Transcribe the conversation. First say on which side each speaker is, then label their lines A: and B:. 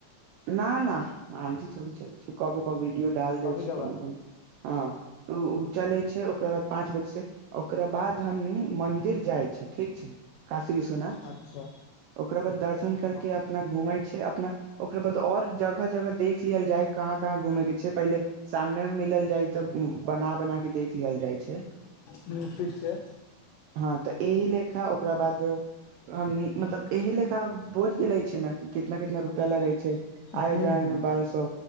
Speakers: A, on the right; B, on the left.
A: न न आीधी थोड़ी चल छै ओ कबो कब विडियो डाल
B: कभी
A: दै छै
B: कभार
A: कोनो कोनो ह ओ ओ चलै छै ओकरा बाद पाँच बजे से ओकरा बाद हमनी मन्दिर जाइ छै ठीक छै काशी विश्वनाथ
B: अच्छा
A: ओकरा बाद दर्शन करके
B: हँ
A: अपना घुमेै छै अपना ओकरा बाद और जगह जगह देख लियल जाय कहाँ कहाँ घूमेय के छै पहिले सामने मे मिलल जाइ तऽ बना बना के देख लियल जाइ छै
B: हँ ठीक छै
A: हँ तऽ एहिह लेखा ओकरा बाद हमनी मतलब एहिह लेखा बोझ गेले छै ने कितना कितना रुपआ लगै छै आय
B: हूँ
A: जाइमे
B: हूँ
A: बारह स